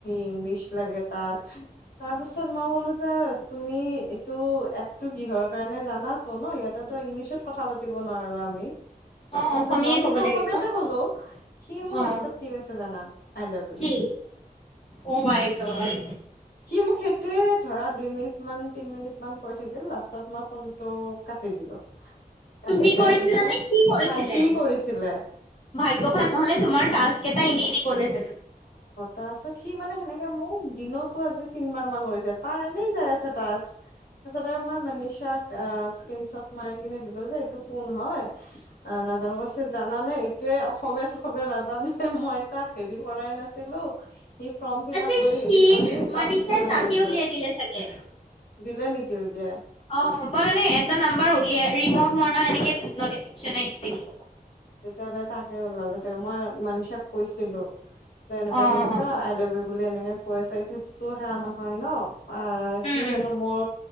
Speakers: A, on the left (about 80°); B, on the left (about 40°).
A: ইংলিছ লাগ তাত তাৰ পিছত মই ক'লো যে তুমি এইটো এপটো কিহৰ কাৰণে জানাতো ন ইয়াতে তো ইংলিছত কথা পা দিব নোৱাৰো আমি
B: অ
A: তা--ছত
B: অসমীয়াই
A: মই কিন্তু
B: ক'ব লাগিব
A: অসমীয়াতে কলো সি মোক
B: অ
A: লাষ্টত কি হৈছে জানা আই লাভ ইউ
B: কি অ মাই গড
A: সি মোক সেইটোৱে ধৰা দুই মিনিট মান তিন মিনিট মান কৈ থাকিল লাষ্টত মই ফোনটো কাটি দিলো কাটি
B: তুমি
A: দিয়াৰ
B: কৰিছিলা
A: পিছত
B: নে সি কৰিছিলে
A: নাই সি কৰিছিলে
B: ভাগ্য ভাল নহলে তোমাৰ টাস্ককেটা এনে এনে গলে হেতেন
A: তাৰ-ছত সি মানে সেনেকে মোক দিনতো আজি তিনবাৰ মান মাৰিছে তাৰ এনেই যাই আছে তাচ তাৰ-ছত আৰু মই মনিচাক আহ স্কন চ্বট মাৰি কিনে দিলো যে এইটো কোন হয় নাজানো কৈছে জানা নে তোয়ে অসমীয়া চখমীয়া নাজানে এ মই তাক হেৰিও ভবাই নাছিলো সি ফৰ্ম ফিল
B: আচ্ছা
A: কৰি
B: সি
A: হেৰি কৰি টাস্ক
B: মনিষাই
A: লৈ
B: তাকে
A: লৈছে
B: উলিয়াই দিলে চাগে।
A: দিলে নিকি ত উলিয়াক
B: অ মানে এটা নাম্বাৰ উলিয়া ৰিমভ মৰা এনেকে নটিফিকেচন আহিছিলে
A: তেতিয়াহলে তাকে ওলালে চাগে মই মানচাক কৈছিলো যে এনেকুৱা
B: অ'
A: তেনেকুৱা
B: অ'
A: আই লভ ইউ বুলি এনেকে কৈ আছে সেইটোতো সেয়া নহয় ন অ
B: উম,
A: সি হেনো মোৰ